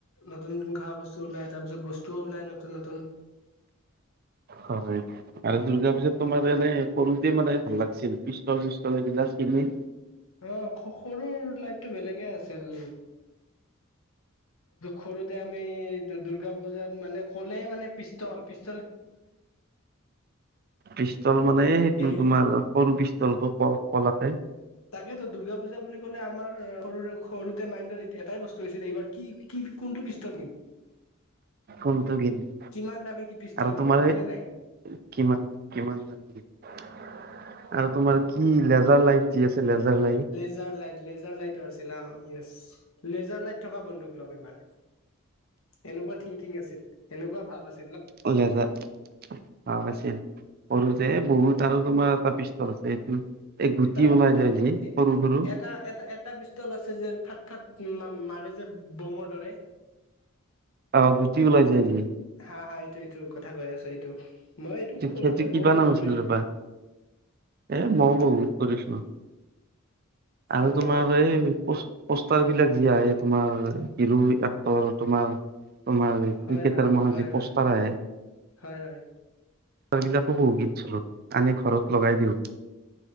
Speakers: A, on the left; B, on the right.
A: নতুন নতুন খা বস্তু ওলাই, তাৰপিছত বস্তুও ওলাই নতুন নতুন।
B: হয়। আৰু দুৰ্গা পূজাত তোমাৰ এনে সৰুতে মানে ভাল লাগিছিল, পিষ্টল চিষ্টল সেইবিলাক কিনি।
A: অঁ সৰুৰ লাইফটো বেলেগে আছিল। সৰুতে আমি দুৰ্গা পূজাত মানে কলেই মানে পিষ্টল পিচ
B: পিষ্টল মানে সেইটো
A: এই
B: তোমাৰ সৰু পিষ্টলটো। <inaudible>
A: তাকেতো দুৰ্গা পুজা বুলি ক'লে আমাৰ সৰু সৰুতে মাইন্ডত এটাই বস্তু হৈছিলে এইবাৰ কি কি কোনটো পিষ্টল নিম।
B: কোনটো কিনিম
A: কিমান দামী কি পিষ্টল
B: আৰু তোমাৰ
A: কিনিম, হয়
B: সেই
A: নে নাই?
B: কিমান কিমান <inaudible> আৰু তোমাৰ কি লেজাৰ লাইট যি আছে laser light.
A: Laser light laser লাইটৰ আছিল অঁ য়েছ লেজাৰ লাইট থকা বন্দুক লম এবাৰ। এনেকুৱা থিংকিং আছিল, এনেকুৱা ভাৱ আছ
B: অঁ লেজাৰ ভাব আছিল, সৰুতে বহুত আৰু তোমাৰ এটা পিষ্টল আছে এইটো এই গুটি
A: অ
B: ওলাই
A: ক্ষয়
B: যায় যি
A: এ
B: সৰু
A: এ
B: সৰু
A: এটা এটা এটা পিচ ষ্টল আছে যে থাত থাত মা মাৰে যে বমৰ দৰে।
B: অ', গুটি ওলাই যায় যি।
A: হা, হা এইটো এইটো কথা কৈ আছে এইটো মই এইটো সৰুতে
B: সেইটো কিবা
A: বহুত
B: নাম
A: ইউজ
B: আছিল
A: কৰিছিলো।
B: ৰবা এ মইও বহুত কৰিছিলোঁ, আৰু
A: অ
B: তোমাৰ এই পচ পষ্টাৰ বিলাক যি আহে তোমাৰ হিৰো এক্টৰ তোমাৰ তোমাৰ ক্ৰিকেটাৰ
A: হয় হয়
B: মখা
A: হয়
B: যে পোষ্টাৰ
A: হয়
B: আহে
A: হয়, হয়।
B: সেইবিলাকো বহুত কিনিছিলোঁ, আনি ঘৰত লগাই দিওঁ।